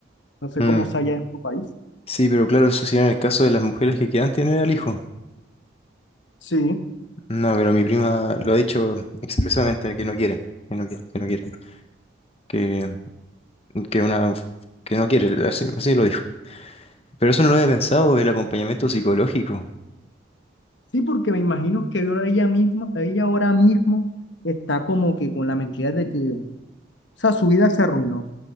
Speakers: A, on the left; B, on the left.
A: No sé
B: Mm.
A: cómo sea allá en tu país.
B: Sí, pero claro, eso sería en el caso de las mujeres que quieran tener al hijo.
A: Sí,
B: No, pero mi prima lo ha dicho expresamente, que no quiere, que no quiere, que no quiere, que, que una, que no quiere, así, así lo dijo. Pero eso no lo había pensado, el acompañamiento psicológico.
A: sí, porque me imagino que ahora ella misma, ella ahora mismo está como que con la mentira de que, o sea, su vida se arruinó.